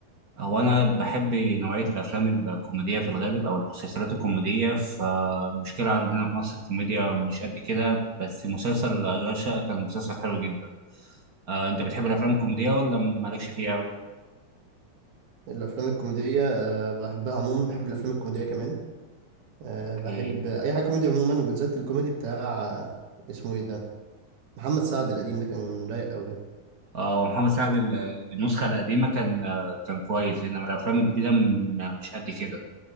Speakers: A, on the right; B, on the right.
A: هو أنا بحب نوعية الأفلام الكوميدية في الغالب أو المسلسلات الكوميدية فالمشكلة عندنا في مصر الكوميديا مش قد كده بس مسلسل أشغال شقة كان مسلسل حلو جدا أه أنت بتحب الأفلام الكوميدية ولا مالكش فيها أوي؟
B: الافلام الكوميديه آه بحبها عموما بحب الافلام الكوميديه كمان آه
A: اوكي
B: بحب اي حاجه كوميدي عموما وبالذات الكوميدي بتاع آه، اسمه ايه ده محمد سعد القديم ده كان رايق قوي
A: اه ومحمد سعد ال- النسخة القديمة كان آه، كان كويس انما الافلام الجديدة م- مش قد كده